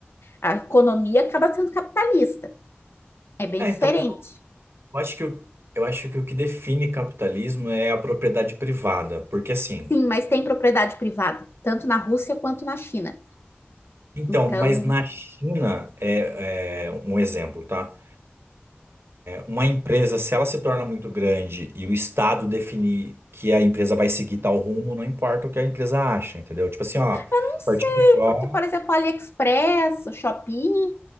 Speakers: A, on the left; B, on the right.
A: a economia acaba sendo capitalista. É bem
B: É,
A: diferente.
B: então, mas eu acho que o, eu acho que o que define capitalismo é a propriedade privada, porque assim.
A: Sim, mas tem propriedade privada, tanto na Rússia quanto na China.
B: Então,
A: Então,
B: mas na China, é, é um exemplo, tá? uma empresa, se ela se torna muito grande e o Estado definir que a empresa vai seguir tal rumo, não importa o que a empresa acha, entendeu? Tipo assim, ó, a
A: Não sei,
B: partir de agora.
A: porque, por exemplo, AliExpress, o Shopee,